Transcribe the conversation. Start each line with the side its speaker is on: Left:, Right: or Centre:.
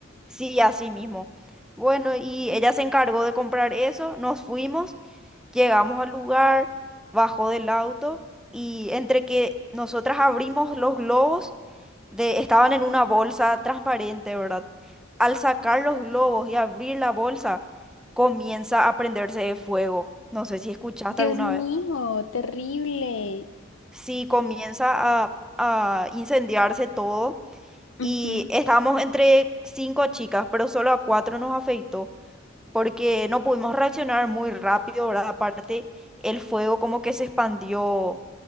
Centre: Sí, así mismo. Bueno, y ella se encargó de comprar eso, nos fuimos, llegamos al lugar, bajó del auto y entre que nosotras abrimos los globos, de, estaban en una bolsa transparente, ¿verdad? Al sacar los globos y abrir la bolsa, comienza a prenderse fuego. No sé si escuchaste
Left: Dios
Centre: alguna
Left: mío,
Centre: vez.
Left: terrible.
Centre: Sí, comienza a, a incendiarse todo y
Left: Ujú.
Centre: estábamos entre cinco chicas, pero solo a cuatro nos afectó porque no pudimos reaccionar muy rápido, ¿verdad? Aparte, el fuego como que se expandió